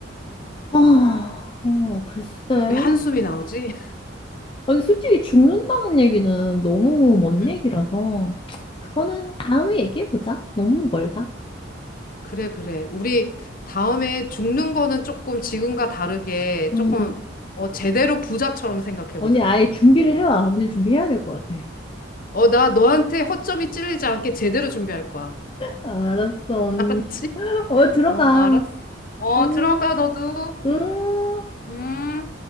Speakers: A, on the left; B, on the left.
A: 아, 어, 글쎄.
B: 왜 한숨이 나오지?
A: 아니, 솔직히 죽는다는 얘기는 너무 먼
B: <laughs> 응.
A: 얘기라서, 그거는 다음에 얘기해보자. 너무 멀다.
B: 그래, 그래. 우리 다음에 죽는 거는 조금 지금과 다르게
A: 음.
B: 조금 어, 제대로 부자처럼 생각해보자.
A: 언니 아예 준비를 해와. 언니 준비해야 될 것 같아.
B: 어, 나 너한테 허점이 찔리지 않게 제대로 준비할 거야.
A: 알았어,
B: <laughs>
A: 언니.
B: 알았지?
A: 어, 들어가.
B: 어, 알았어. 어,
A: 음,
B: 들어가, 너도.
A: 음.
B: 음.